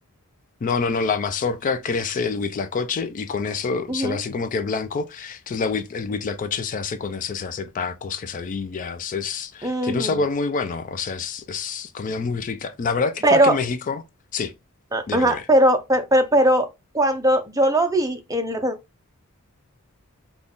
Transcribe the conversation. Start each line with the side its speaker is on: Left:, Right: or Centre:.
Left: No, no, no, la mazorca crece el huitlacoche y con eso
Right: Ujú,
Left: se ve así como que blanco. Entonces la huit- el huitlacoche se hace con eso, se hacen tacos, quesadillas, es,
Right: ujú.
Left: tiene un sabor muy bueno, o sea, es, es comida muy rica. La verdad que
Right: Pero,
Left: creo que México, sí,
Right: a-
Left: dime,
Right: ajá,
Left: dime.
Right: pero, pero, pero, pero cuando yo lo vi en la-